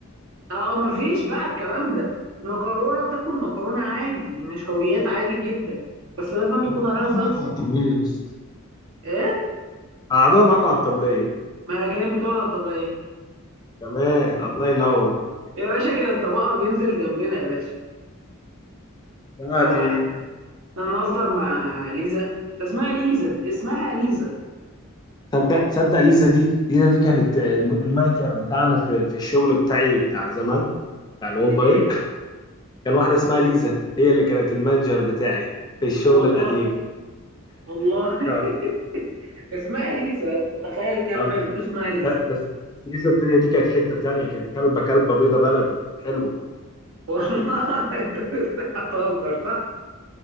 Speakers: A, on the right; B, on the left.
A: اه مفيش بقى الكلام ده المكرونه بتاكل مكرونه عادي نشويات عادي جدا بس لازم تكون
B: ما تعالى
A: عليها صلصه
B: معاك على الطبلية يا اسطى
A: ايه
B: قعدوها معاكوا على الطبليه
A: ما هي كانت بتقعد على الطبليه
B: تمام الله ينور
A: يا باشا كانت طبقها بينزل جنبنا يا باشا
B: لا
A: هو
B: دي
A: احنا
B: دي
A: هنهزر مع ليزا ده اسمها ليزا اسمها ليزا
B: تصدق تصدق ليزا دي ليزا دي كانت الم- المانجر بتاعنا في في الشغل بتاعي بتاع زمان بتاع الاونلاين
A: الايه
B: <laughs> كان واحده اسمها ليزا هي اللي كانت المانجر بتاعي في الشغل
A: والله
B: القديم
A: والله
B: اه
A: <laughs> اسمها ليزا تخيل كلبه
B: اه
A: اللي اسمها ليزا
B: ب- بس السيزون التانية دي كانت حتة تانية كانت كلبة كلبة بيضة بلدي حلوة
A: والله <laughs> انت بتهزر صح